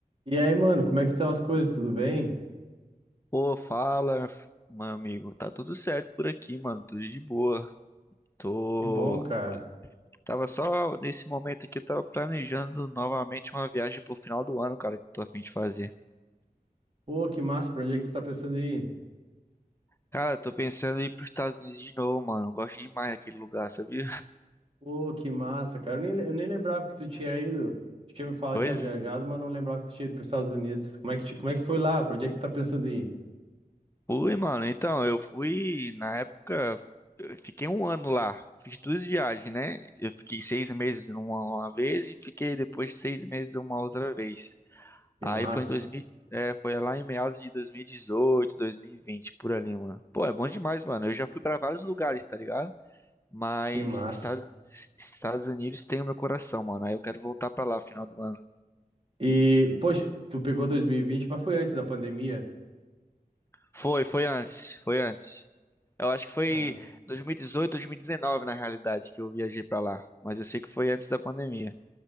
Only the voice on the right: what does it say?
E aí, mano, como é que estão as coisas? Tudo bem?
Que bom, cara.
Pô, que massa, pra onde é que tu tá pensando em ir?
Pô, que massa, cara. Eu nem, le- eu nem lembrava que tu tinha ido. Tu tinha me falado
que tinha viajado, mas não lembrava que tu tinha ido pros Estados Unidos. Como é que, te- como é que foi lá? Pra onde é que tu tá pensando em ir?
Que
massa,
que massa.
E, poxa, tu pegou 2020, mas foi antes da pandemia.
Ah,